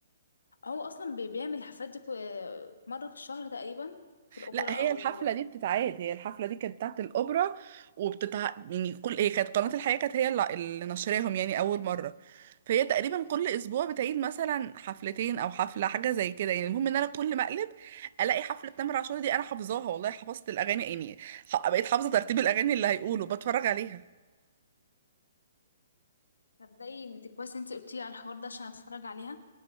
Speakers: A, on the left; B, on the right.
A: اه هو اصلا بي- بيعمل حفلات دي كو- مره في الشهر تقريبا في الاوبرا
B: لا
A: او
B: هي الحفله دي بتتعاد هي الحفله دي كانت بتاعت الاوبرا وبتتع يعني كل هي كانت قناه الحياه كانت هي اللي اللي نشراهم يعني اول مره فهي تقريبا كل اسبوع بتعيد مثلا حفلتين او حفله حاجه زي كده يعني المهم ان انا كل ما اقلب الاقي حفله تامر عاشور دي انا حافظاها والله حفظت الاغاني يعني ح- بقيت حافظه ترتيب الاغاني اللي هيقولوا بتفرج عليها
A: تصدقي انت كويس انت قلتي على الحوار ده عشان اتفرج عليها